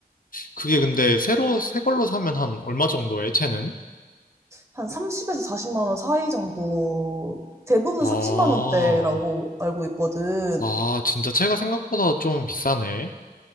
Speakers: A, on the left; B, on the right.
A: 그게 근데 새로, 새 걸로 사면 한 얼마 정도에, 채는?
B: 한 30에서 40만 원 사이 정도, 대부분
A: 아,
B: 30만 원대라고 알고 있거든.
A: 아, 진짜 채가 생각보다 좀 비싸네.